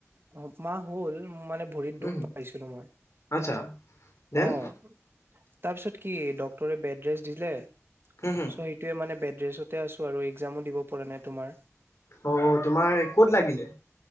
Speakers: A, on the right; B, on the left.
A: দু মাহ হ'ল মানে ভৰিত
B: উম
A: দুখ
B: হুম
A: পাইছিলো মই,
B: আচ্ছা দেন
A: অহ । তাৰপিছত কি ড বেদ্ৰেছ বেড্ৰেছ দিলে? চ,
B: হুম হুম
A: সেইটোয়ে মানে বেড্ৰছত তে আছো আৰু একজামো দিব পৰা নাই তোমাৰ।
B: অ, তোমাৰ ক'ত লাগিল?